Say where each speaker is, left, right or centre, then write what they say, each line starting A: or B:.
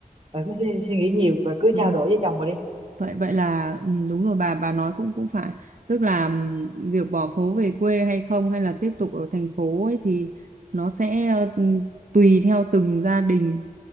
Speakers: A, on the right; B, on the right.
A: bà cứ suy, suy nghĩ nhiều và cứ
B: ờ,
A: trao đổi với chồng bà đi
B: Vậy vậy là ừm, đúng rồi bà bà nói cũng cũng phải tức là ừm, việc bỏ phố về quê hay không hay là tiếp tục ở thành phố ấy thì nó sẽ ờ, ừm, tùy theo từng gia đình